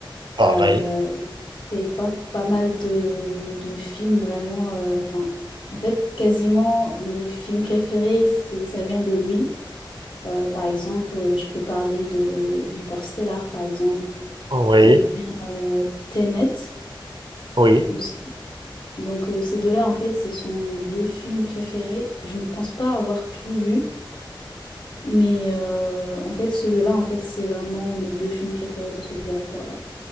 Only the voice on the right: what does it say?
pareil.
Oui,
oui,